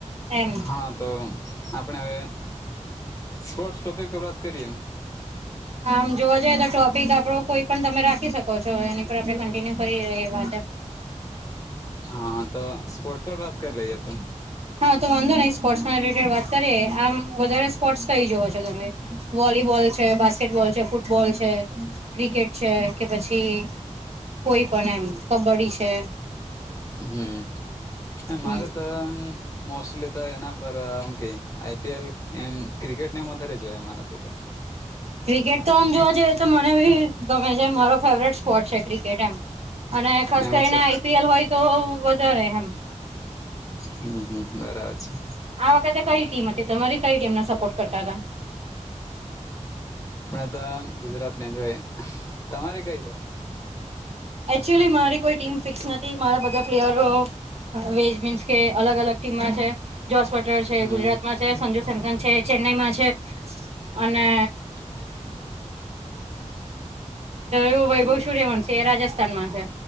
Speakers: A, on the right; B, on the left.
A: એમ
B: હા તો આપણે હવે સ્પોર્ટસ ટોપિક પર વાત કરીએ એમ
A: આમ જોવા જઈએ તો ટોપિક આપડો કોઈ પણ તમે રા શકો છો એની પર આપણે કન્ટિન્યુ કરી એ વાતે
B: હા તો સ્પોર્ટ પર વાત કરી લઈએ તો
A: હા તો વાંધો નહી સ્પોર્ટ્સ ના રિલેટેડ વાત કરીએ આમ વધારે સ્પોર્ટ્સ કઈ જોવો છો તમે વોલીબોલ છે બાસ્કેટબોલ છે ફૂટબોલ છે ક્રિકેટ છે કે પછી કોઈ પણ એમ કબડ્ડી છે
B: હમ્મ
A: હમ
B: મારે તો અમ મોસ્ટલી તો એના પર હુ કે આઈપીએલ એમ ક્રિકેટનેમ વધારે જોય મારાથી તો
A: ક્રિકેટ તો આમ જોવા જઈએ તો મને બી ગમે છે મારો ફેવરેટ સ્પોર્ટ છે ક્રિકેટ એમ અને ખાસ
B: એવું
A: કરીને
B: છે
A: આઈપીએલ હોય તો વધારે એમ
B: હમ્મ હમ્મ બરાબર છે
A: આ વખતે કઈ ટીમ હતી તમારી કઈ ટીમને સપોર્ટ કરતા હતા
B: આપણે તો ગુજરાતને જોય તમારે કઈ તો
A: એકચુઅલી મારી કોઈ ટીમ ફિક્સ નથી મારા બધા પ્લેયરો વેજ બીન્સ કે અલગ અલગ ટીમમાં છે જોસ પટર છે
B: હમ
A: ગુજરાતમાં છે સંજુ સેમસન છે ચેન્નાઈમાં છે અને
B: <inaudible>
A: હવું વૈભવ સૂર્યવંશી છે એ રાજસ્થાનમાં છે